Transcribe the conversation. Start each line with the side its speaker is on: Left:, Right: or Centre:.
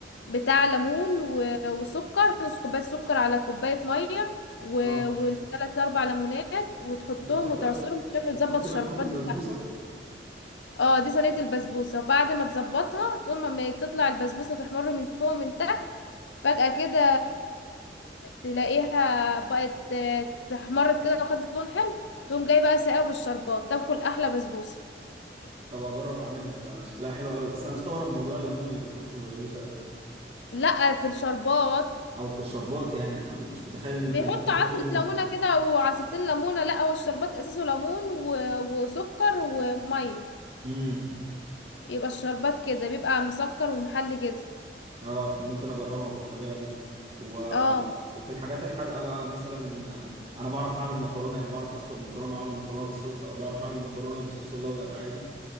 Left: بتاع ليمون و- وسكر نص كوباية سكر على كوباية مية و-
Right: اه
Left: والتلات أربع ليمونات وتحطهم
Right: انت بتحط
Left: وتعصرهم وتعمل
Right: بتحط
Left: تظبط الشربات
Right: ليمون في البسبوسه
Left: بتاعهم اه دي صينية البسبوسة وبعد ما تظبطها تقوم اما تطلع البسبوسة تحمر من فوق ومن تحت فجأة كده تلاقيها بقت آه، تحمرت كده وخدت لون حلو تقوم جاي بقى ساقع بالشربات تاكل أحلى بسبوسة
Right: طب اجرب اعملها ده شكلها حلو قوي بس انا مستغرب موضوع الليمون اللي بيتحط في البسبوسه ده
Left: لا في الشربات
Right: او في الشربات يعني أنا مش متخيل ان
Left: بيحط
Right: كانوا بيحطوا
Left: عصرة
Right: فيه ليمون
Left: ليمونة كده او عصرتين ليمونة لا هو الشربات اساسه ليمون و... وسكر ومية
Right: امم
Left: يبقى الشربات كده بيبقى مسكر ومحلي كده
Right: اه ممكن اجربها بالطريقه دي و...
Left: اه
Right: وفي الحاجات الحادقه بقى مثلا آه، انا بعرف اعمل مكرونه يعني بعرف اسلق مكرونه واعمل مكرونه بالصلصه او بعرف اعمل مكرونه بالصوص الابيض عادي